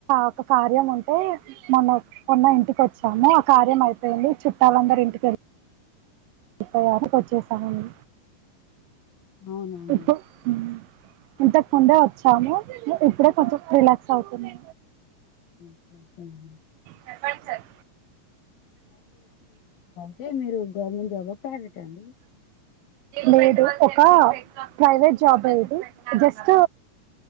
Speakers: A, on the right; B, on the left.
A: ఒక కార్యం ఉంటే మొన్న మొన్న ఇంటికి వచ్చాము ఆ కార్యం అయిపోయింది చుట్టాలందరూ ఇంటికెళ్ చెప్పేదానికొ చేశామండి
B: అవునా అండి.
A: ఇప్పు హ్మ్ ఇంతకుముందే వచ్చాము ఇప్పుడే కొంచెం రిలాక్స్ అవుతున్నా
B: <inaudible>
A: చెప్పండి సార్
B: టే మీరు గవర్నమెంట్ జాబ్ <unintelligible>
A: లేదు ఒక ప్రైవేట్ జాబ్ లేదు జస్ట్